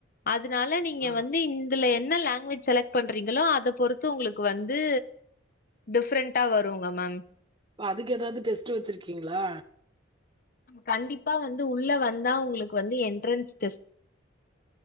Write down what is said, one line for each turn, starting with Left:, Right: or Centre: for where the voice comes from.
Left: அதுனால நீங்க
Right: ஆ.
Left: வந்து இந்துல என்ன லங்குவேஜ் செலெக்ட் பண்றீங்களோ அத பொறுத்து உங்குளுக்கு வந்து டிஃப்ரெண்டா வருங்க மேம்
Right: அதுக்கு ஏதாது டெஸ்ட்டு வச்சிருக்கீங்ளா
Left: கண்டிப்பா வந்து உள்ள வந்தா உங்குளுக்கு வந்து என்ட்ரன்ஸ் டெஸ்ட்